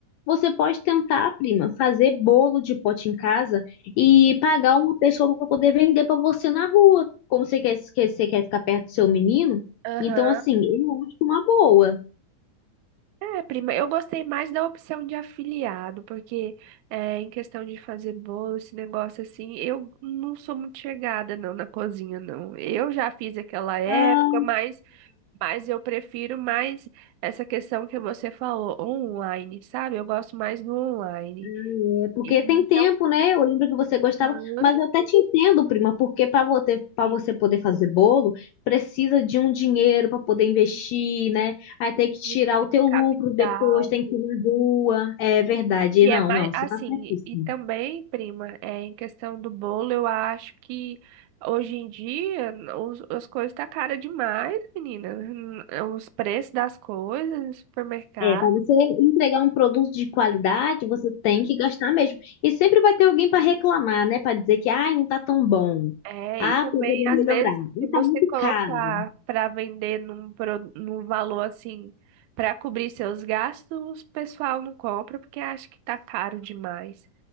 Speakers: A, on the left; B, on the right.
A: você pode tentar, prima, fazer bolo de pote em casa e pagar uma pessoa para poder vender para você na rua. Como você quer, que você quer ficar perto do seu menino,
B: Aham.
A: então assim, eu acho uma boa.
B: É, prima, eu gostei mais da opção de afiliado, porque é, em questão de fazer bolo, esse negócio assim, eu não sou muito chegada não na cozinha, não. Eu já fiz aquela época,
A: Ah,
B: mas Mas eu prefiro mais essa questão que você falou, online, sabe? Eu gosto mais do online.
A: é, porque
B: E
A: tem
B: então,
A: tempo, né? Eu lembro que você gostava,
B: aham,
A: mas eu até te entendo, prima, porque para você, para
B: e-
A: você poder fazer bolo, precisa de um dinheiro para poder investir,
B: e
A: né? Aí tem que tirar
B: precisa de ter
A: o teu
B: um
A: lucro
B: capital.
A: depois, tem que ir na rua. É verdade.
B: E
A: Não,
B: é mais
A: não, você
B: assim,
A: tá certíssima.
B: e também, prima, é, em questão do bolo, eu acho que hoje em dia os, as coisas tá cara demais, menina. Hum, Os preços das coisas no supermercado.
A: É, para você entregar um produto de qualidade, você tem que gastar mesmo. E sempre vai ter alguém para
B: Isso.
A: reclamar, né? Para dizer que, ai, não tá tão bom.
B: É,
A: Ah,
B: e também,
A: poderia
B: às
A: melhorar.
B: vezes,
A: Não
B: se você
A: tá muito
B: colocar
A: caro.
B: para vender num, pro- num valor assim, para cobrir seus gastos, o pessoal não compra porque acha que tá caro demais.